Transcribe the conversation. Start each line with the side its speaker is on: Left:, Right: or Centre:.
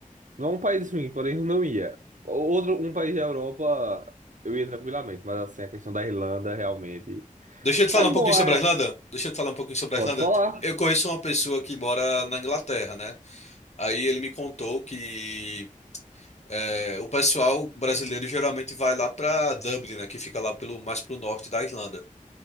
Right: não é um país ruim, porém eu não ia. Outro, um país da Europa eu ia tranquilamente, mas assim, a questão da Irlanda realmente.
Left: Deixa eu te falar
Right: Mas
Left: um pouquinho
Right: bom,
Left: sobre
Right: é-
Left: a Irlanda. Deixa eu te falar um pouquinho sobre
Right: pode
Left: a Irlanda.
Right: falar.
Left: Eu conheço uma pessoa que mora na Inglaterra, né? Aí ele me contou que é, o pessoal brasileiro geralmente vai lá pra Dublin, né? Que fica lá pelo, mais pro norte da Irlanda.